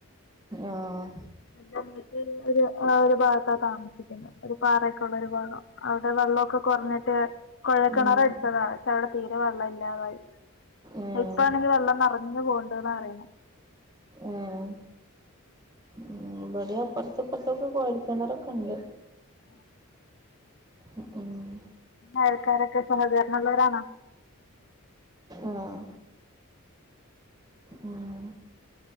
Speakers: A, on the right (about 20°); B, on the left (about 55°).
A: ആഹ്
B: ന്റെ അനുജത്തി ഒര് ഒരു ഭാഗത്താ താമസിക്ക ക്കുന്നെ ഒരു പാറൊക്കെള്ള ഒരു ഭാഗം അവിടെ വെള്ളക്കെ കുറഞ്ഞിട്ട് കൊഴൽക്കിണർ
A: ഉം
B: അടിച്ചതാ പക്ഷെ അവിടെ തീരെ വെള്ളം ഇല്ലാതായി
A: ഏഹ്
B: ഇപ്പാണെങ്കി വെള്ളം നെറ ഞ്ഞ് പോവുണ്ട്ന്നാ പറയുന്നേ
A: ഉം ഏഹ് ഉം ഇവടിം അപ്പറത്തും ഇപ്പറത്തൊക്കെ കൊഴൽ കിണറൊക്കെണ്ട്
B: ആഹ്
A: ഉ ഊം
B: അയൽക്കാരൊക്കെ സഹകരണള്ളവരാണോ
A: ആഹ് ഉം